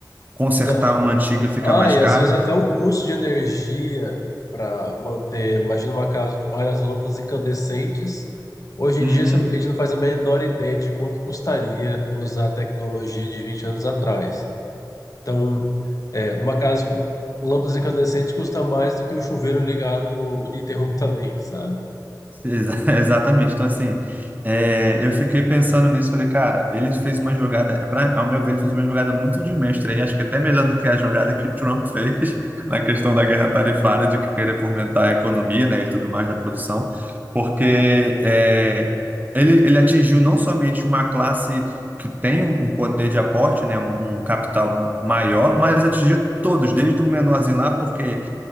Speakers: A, on the right; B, on the left.
A: consertar
B: aham.
A: uma antiga fica
B: Ah,
A: mais
B: e
A: caro.
B: às vezes até o custo de energia para manter, imagina uma casa com várias lâmpadas incandescentes. Hoje
A: Uhum,
B: em dia você- não- a gente não faz a menor ideia de quanto custaria usar a tecnologia de 20 anos atrás. Então, é, uma casa com lâmpadas incandescentes custa mais do que o chuveiro ligado ininterruptamente, sabe?
A: Exa- <laughs> Exatamente. Então, assim, é, eu fiquei pensando nisso, falei, cara, ele fez uma jogada, é pra, ao meu ver, ele fez uma jogada muito de mestre aí, acho que até melhor do que a jogada que o Trump fez <laughs> na questão da guerra tarifária, de querer fomentar a economia, né, e tudo mais da produção, porque é, ele, ele atingiu não somente uma classe que tem um um poder de aporte, né, um, um capital maior, mas atingiu todos, desde o menorzinho lá, porque